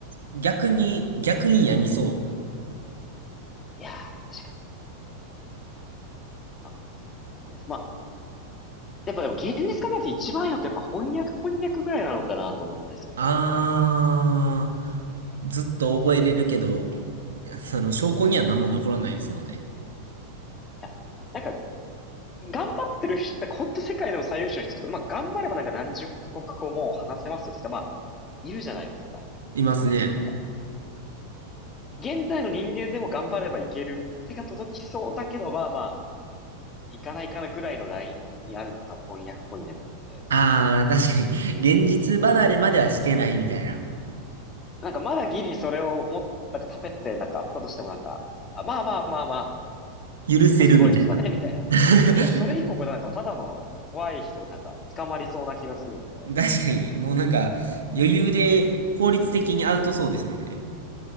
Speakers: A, on the right (about 65°); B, on the left (about 25°).
A: 逆に、逆にやみそう。
B: いやー、確かに。なんか、まあ、やっぱでも現実考えて一番いいのってやっぱ翻訳こんにゃくぐらいなのかなと思ったりするんです。
A: あー、ずっと覚えれるけど、
B: なんか、
A: その証拠には何も残らないですもんね。
B: いや、なんか頑張ってる人、だからほんと世界でも最優秀の人とか、まあ頑張ればなんか何十カ国語も話せますよって人、まあ、いるじゃないですか。
A: いますね。
B: なんか、現代の人間でも頑張ればいける。手が届きそうだけど、まあまあ、いかないかなぐらいのラインにあるのが多分翻訳こんにゃくなんで。
A: あー、確かに、現実離れまではしてないみたいな。
B: なんかまだギリそれをもっ、なんか食べてなんかあったとしてもなんか、あまあまあまあまあ、
A: 許せるみたいな。
B: まあすごい人だね、みたいな。
A: <laughs>
B: なんかそれ以降なんかただの怖い人でなんか捕まりそうな気がするので。
A: 確かに、もうなんか、余裕で法律的にアウトそうですもんね。